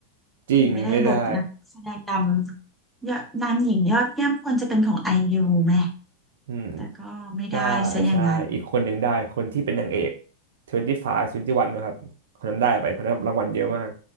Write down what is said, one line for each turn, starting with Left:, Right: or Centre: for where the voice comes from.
Right: จริงไม่ได้
Centre: ถึงไม่ได้บทนักแสดงนำยอดนำหญิงยอดเยี่ยมควรจะเป็นของไอยูไหม
Right: อืม
Centre: แต่ก็ไม่ได้ซะอย่างนั้น
Right: ก็ใช่อีกคนหนึ่งได้คนที่เป็นนางเอก25 21นะครับคนนั้นได้ไปคนนั้นรางวัลเยอะมาก